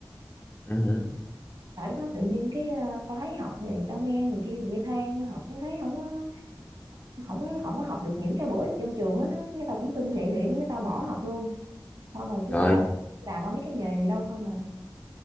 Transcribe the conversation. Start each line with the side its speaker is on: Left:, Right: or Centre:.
Left: ừ. hử.
Right: tại lúc đó tự nhiên cái ờ, tao thấy học này tao nghe người kia người kia than học nó thấy không có không có không có học được những cái bổ ích trong trường á cái tao cũng tin vậy thì cái tao bỏ học luôn xong rồi cái
Left: Rồi
Right: từ đó làm ở mấy cái nghề gì đâu không à